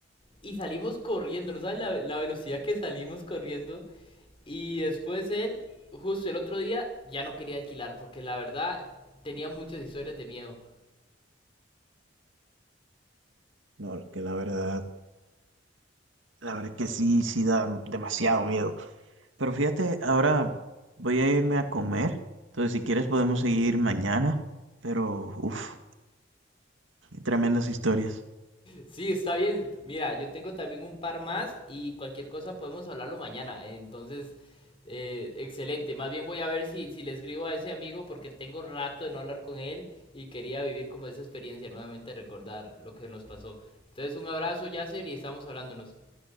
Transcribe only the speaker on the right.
No, que la verdad, la verdad que sí, sí da demasiado miedo. Pero fíjate, ahora voy a irme a comer. Entonces, si quieres podemos seguir mañana. Pero, uff, tremendas historias.